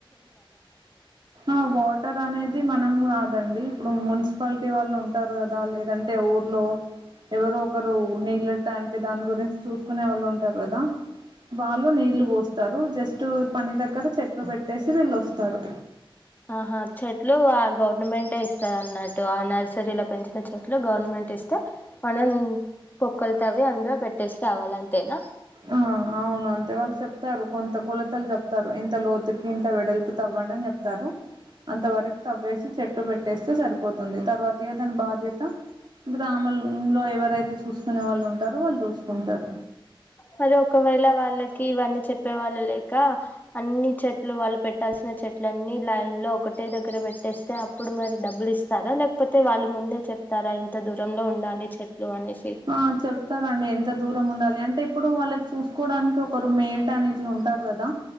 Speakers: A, on the right; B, on the left.
A: ఆ వాటర్ అనేది మనం కాదు అండి ఇప్పుడు మున్సిప పాలిటీ వాళ్ళు ఉంటారు కదా లేదంటే ఊర్లో ఎవరో ఒకరు నీళ్ళ ట్యాంక్ దాని గురించి చూసుకునే వాళ్ళు ఉంటారు కదా వాళ్ళు నీళ్లు పోస్తారు జస్ట్ టు పని దగ్గర చెట్లు పెట్టేసి వెళ్ళొస్తారు
B: ఆహా చెట్లు గవర్నమెంటట్ ఇస్తది అన్నట్టు ఆ నర్సరీలో పెంచిన చెట్లు గవర్నమెంట్ ఇస్తే మనం బొక్కలు తవ్వి అందులో పెట్టేసి రావాలి అంతేనా
A: ఆ అవును అంతే వాళ్ళు చెప్తారు కొంత కొలతలు చెప్తారు ఇంత లోతుకి ఇంత వెడల్పు తవ్వ ప్తారు అంత వరకు తవ్వేసి చెట్టు పెట్టేస్తే సరి పోతుంది తర్వాత త దని బాదత <unintelligible> గ్రామం లో ఎవరైతే చూసుకునే వాళ్ళు ఉంటారో వాళ్ళు చూసుకుంటారు
B: మరి ఒకవేళ వాళ్ళకి ఇవన్నీ చెప్పే వాళ్ళు లేక అన్ని చెట్లు వాళ్ళు పెట్టాల్సిన చెట్లన్నీ లైన్ లో ఒకటే దగ్గర పెట్టేస్తే అప్పుడు మరి డబ్బులు ఇస్తారా లేకపోతే వాళ్ళు ముందే చెప్తారా ఇంత దూరంలో ఉండాలి చెట్లు అనేసి
A: ఆ చెప్తారంండి ఎంత దూరం ఉండాలి అంటే ఇప్పుడు వాళ్ళకి చూసుకోవడానికి ఒకరు మేడ్ అనిట్ల ఉంటారు కదా